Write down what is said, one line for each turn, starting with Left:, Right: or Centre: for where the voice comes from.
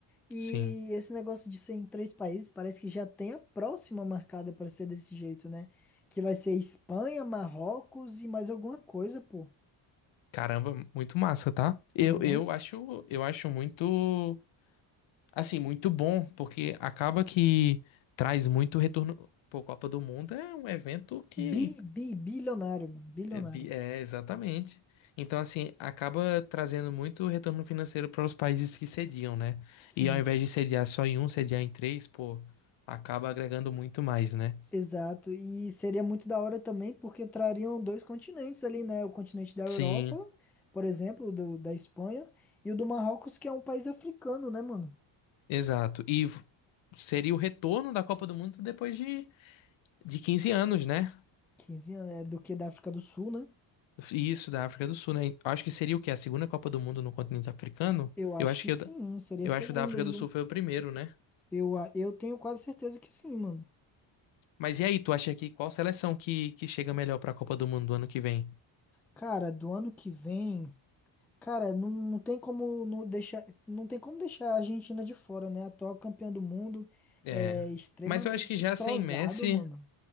Centre: E
Left: Sim.
Centre: esse negócio de ser em três países parece que já tem a próxima marcada para ser desse jeito, né? Que vai ser Espanha, Marrocos e mais alguma coisa, pô.
Left: Caramba, muito massa, tá? Eu,
Centre: Muito.
Left: eu acho, eu acho muito, assim, muito bom, porque acaba que traz muito retorno. Pô, Copa do Mundo é um evento que
Centre: Bi, bi, bilionário, mano. Bilionário.
Left: é, bi- é, exatamente. Então, assim, acaba trazendo muito retorno financeiro para os países que sediam, né?
Centre: Sim,
Left: E ao invés de sediar só em um, sediar em três, pô, acaba agregando muito mais, né?
Centre: exato. E seria muito da hora também, porque trariam dois continentes ali, né? O continente da Europa,
Left: Sim,
Centre: por exemplo, do, da Espanha, e o do Marrocos, que é um país africano, né, mano?
Left: exato. E v- seria o retorno da Copa do Mundo depois de, de 15 anos, né?
Centre: quinze anos, é do que da África do Sul, né?
Left: Isso, da África do Sul, né? Acho que seria o quê? A segunda Copa do Mundo no continente africano?
Centre: Eu acho
Left: Eu acho
Centre: que
Left: que
Centre: sim,
Left: o da-
Centre: seria
Left: eu,
Centre: a segunda
Left: acho que o da África
Centre: ainda.
Left: do Sul foi o primeiro, né?
Centre: Eu, a- eu tenho quase certeza que sim, mano.
Left: Mas e aí, tu acha que qual seleção que, que chega melhor pra Copa do Mundo do ano que vem?
Centre: Cara, do ano que vem, cara, não, não tem como não deixar, não tem como deixar a Argentina de fora, né? A atual campeã do mundo
Left: É.
Centre: é extremamente
Left: Mas eu acho que já
Centre: entrosado,
Left: sem Messi,
Centre: mano.